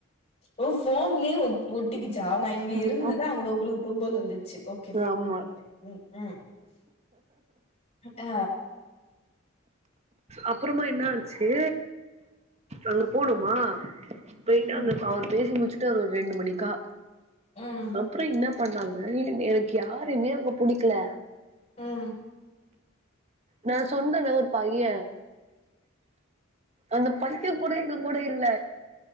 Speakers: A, on the left; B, on the right.
A: ஒ போன்லயே ஒ ஒட்டிக்கிது சா நா இங்க
B: ம்
A: இரும்புனது அங்க உங்களுக்கு தும்பல் வந்துச்சு ஓகே
B: ஆமா
A: ஓகே ஃபைன் ம் ம் ஆ
B: அப்புறமா என்ன ஆன்ச்சு அங்க போணுமா போயிட்
A: ம்
B: அந்த அவர் பேசி முடிச்சுட்டு அவர் ஒரு ரெண்டு மணிக்கா
A: ம்
B: அப்புற என்ன பண்ணாங்க இ எனக்கு யாருமே அங்க புடிக்கல
A: ம்
B: நா சொன்னன ஒரு பைய அந்த பையித்திய கூட எங்க கூட இல்ல